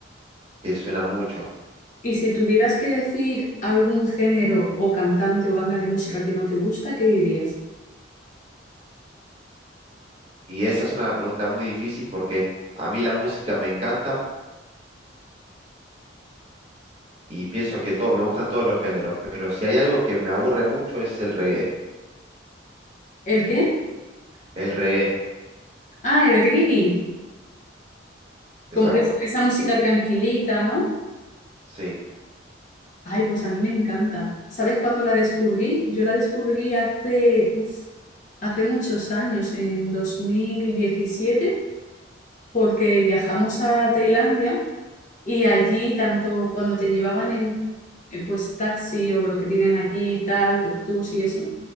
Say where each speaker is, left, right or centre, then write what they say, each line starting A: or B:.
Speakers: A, on the right; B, on the left.
A: que suenan mucho.
B: Y si tuvieras que decir algún género o cantante o banda de música que no te gusta, ¿qué dirías?
A: Y esa es una pregunta muy difícil porque a mí la música me encanta y pienso que todo, me gustan todos los géneros, pero si hay algo que me aburre mucho es el reggae.
B: ¿El qué?
A: El reggae,
B: Ah, el reggae.
A: exacto,
B: Como es- esa música tranquilita, ¿no?
A: sí.
B: Ay, pues a mí me encanta. ¿Sabes cuándo la descubrí? Yo la descubrí hace, uf, hace muchos años, en 2017 porque viajamos a Tailandia Y allí, tanto cuando te llevaban en eh, pues taxi o lo que tienen allí, y tal, tuk-tuks y eso,